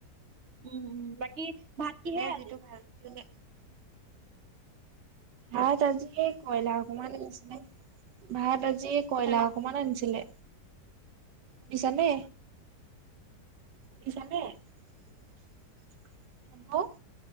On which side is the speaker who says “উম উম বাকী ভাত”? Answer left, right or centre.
Right